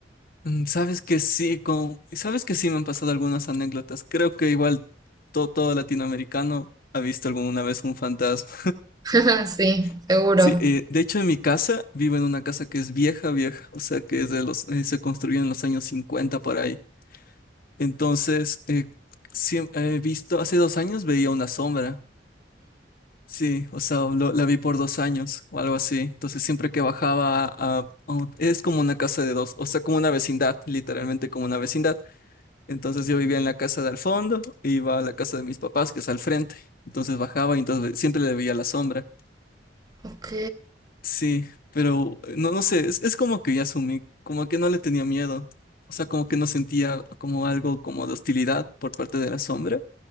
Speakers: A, on the left; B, on the right.
A: Mm, Sabes que sí, con... sabes que sí me han pasado algunas anécdotas. Creo que igual to- todo, latinoamericano ha visto alguna vez un fantasma.
B: <laughs> Sí,
A: <laughs>
B: seguro.
A: Sí, eh, de hecho en mi casa vivo en una casa que es vieja, vieja, o sea que es de los, eh, se construyó en los años 50 por ahí. Entonces, eh, siem- he visto, hace dos años veía una sombra Sí, o sea, lo- la vi por dos años o algo así. Entonces siempre que bajaba a, a- Es como una casa de dos, o sea, como una vecindad, literalmente como una vecindad. Entonces yo vivía en la casa de al fondo, e iba a la casa de mis papás, que es al frente. Entonces bajaba y entonces siempre le veía la sombra.
B: Ok,
A: Sí, pero eh, no, no sé, es, es como que ya asumí, como que no le tenía miedo. O sea, como que no sentía como algo como de hostilidad por parte de la sombra.